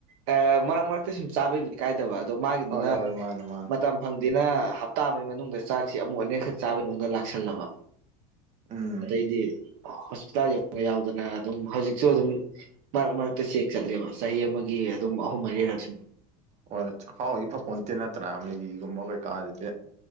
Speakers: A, on the right (about 65°); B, on the right (about 40°).
A: ꯑ ꯃꯔꯛ ꯃꯔꯛꯇ ꯁꯨꯝ ꯆꯥꯕꯩꯕꯨꯗꯤ ꯀꯥꯏꯗꯕ ꯗꯣ ꯃꯥꯒꯤꯗꯨꯅ
B: ꯍꯣꯏ ꯍꯣꯏ ꯃꯥꯅꯦ ꯃꯥꯅꯦ
A: ꯃꯇꯝ ꯐꯪ ꯖꯤꯅ ꯍꯞꯇꯥ ꯑꯃꯩ ꯃꯅꯨꯡꯗ ꯆꯥꯛꯁꯤ ꯑꯃꯨꯛ ꯑꯅꯤꯔꯛꯈꯛ ꯆꯥꯕꯩ ꯃꯑꯣꯡꯗ ꯂꯥꯛꯁꯜꯂꯕ
B: ꯎꯝ
A: ꯑꯗꯩꯗꯤ ꯍꯣꯁꯄꯤꯇꯥꯜ ꯌꯧ ꯕ ꯌꯥꯎꯗꯅ ꯑꯗꯨꯝ ꯍꯧꯖꯤꯛꯁꯨ ꯑꯗꯨꯝ ꯃꯔꯛ ꯃꯔꯛ ꯆꯦꯛ ꯆꯠꯂꯦꯕ ꯆꯍꯤ ꯑꯃꯒꯤ ꯑꯗꯨꯝ ꯑꯍꯨꯝ ꯃꯔꯤꯔꯛꯁꯨ
B: ꯍꯣꯏ ꯆꯈꯥꯎꯗꯤ ꯐꯄꯣꯟꯇꯦ ꯅꯠꯇ꯭ꯔꯥ ꯃꯦꯒꯤꯒꯨꯝꯕ ꯀꯩꯀꯥ ꯖꯤꯗꯤ